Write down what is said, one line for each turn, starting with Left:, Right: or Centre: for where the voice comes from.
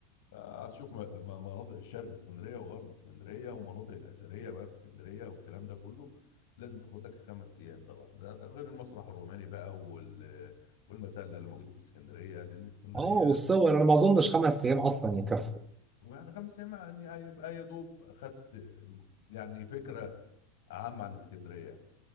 Left: هتشوف م- م- مناطق الشرق اسكندريه وغرب اسكندريه والمناطق الاثريه بقى في اسكندريه والكلام ده كله لازم تاخد لك خمس ايام طبعا ده ده غير المسرح الروماني بقى وال والمسله اللي موجودين في اسكندريه لان اسكندريه
Right: اه والصور انا ما اظنش خمس ايام اصلا يكفوا
Left: ويعني خمس ايام يعني هيبقى يا دوب خدت يعني فكره عامه عن اسكندريه